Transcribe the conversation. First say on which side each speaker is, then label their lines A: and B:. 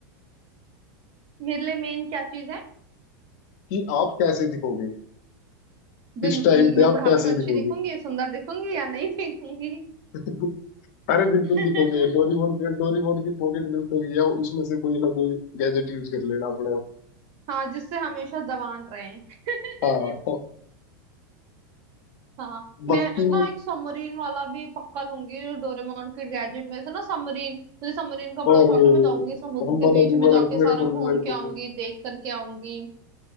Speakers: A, on the right; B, on the left.
A: मेरे लिए मेन क्या चीज है
B: कि आप कैसे दिखोगे
A: बिल्कुल
B: किस टाइम
A: मैं
B: पे आप
A: बुढ़ापे
B: कैसे
A: में अच्छी
B: दिखोगे
A: दिखूंगी सुंदर दिखूंगी या नहीं दिखूंगी
B: <laughs> अरे बिल्कुल
A: <laughs>
B: दिखोगे डोरीमोन के डोरीमोन की पॉकेट दिखोगी या उसमें से कोई ना कोई गैजेट यूज कर लेना अपने आप
A: हाँ जिससे हमेशा जवान रहे <laughs>
B: हाँ तो
A: हाँ मैं
B: बाकी
A: ना एक सबमरीन वाला भी पक्का लूंगी डोरेमोन के गैजेट में से ना सबमरीन मुझे सबमरीन का
B: और
A: बड़ा शौक है मैं जाऊंगी समुद्र
B: हम
A: के
B: मना
A: बीच
B: भी
A: में
B: मना
A: जाके सारा
B: मेरे को
A: घूम
B: भी मेरे
A: के
B: को
A: आऊंगी
B: भी
A: देख करके आऊंगी